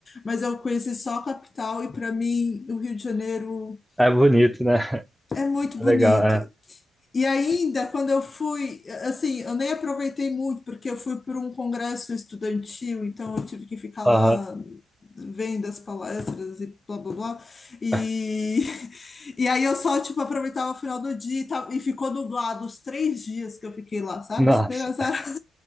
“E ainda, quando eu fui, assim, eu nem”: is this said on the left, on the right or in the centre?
Left